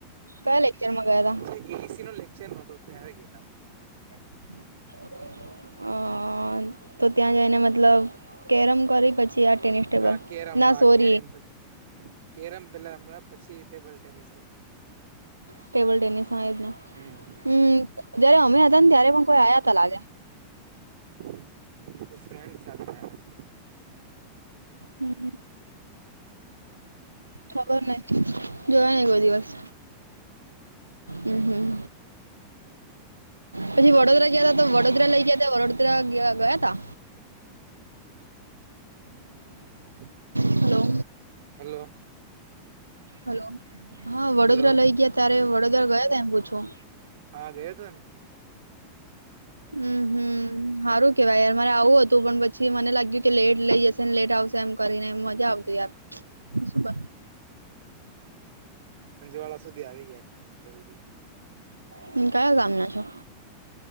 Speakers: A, on the right (about 85°); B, on the right (about 55°).
A: કયા લેક્ચર માં ગયા તા?
B: એ એ સી નો લેક્ચર હતું. તે ગેલા.
A: <unintelligible> અહ તો ત્યાં જઈને મતલબ કેરમ કરી પ છી આ ટેનિસ ટેબલ
B: હા કેરમ
A: ના
B: હા
A: સોરી
B: કેરમ કેરમ પેલા ના પછી ટેબલ ટેનિસ રમ્યા.
A: ટેબલ ટેનિસ હા એજને
B: હમ
A: હમ્મ જયારે અમે્યા હતા ને ત્યારે પણ કોઈ આયા તા લાગે.
B: હમ્મ એ તો ફ્રેન્ડ સાથે આયા. તો
A: હમ્મ. ખબર નઈ જોયા નહીં કોઈ. દિવસ અમ્મ
B: હમ
A: હમ્મ. પછી વડોદરા ગયા ત તો વડોદરા લઇ ગયા ત વડોદરા ગ-ગ-ગયા તા?
B: <unintelligible>
A: હેલો.
B: હેલો.
A: હેલો હા વડોદરા
B: હલો
A: લઈ ગયા ત્યારે વડોદરા ગયા તા એમ પૂછું?
B: હા ગયા તા ને.
A: હમ્મ, હમ્મ. હારું કેવાય યાર મારે આવું હતું પણ પ છી મને લાગ્યું કે લેટ લઈ જશે ને લેટ આવશે એમ કરીને મજા આવતી યાર શું ક
B: અંજવાડા સુધી આવી ગયા તા જલ્દી.
A: હમ્મ, કયા ગામ ના છો?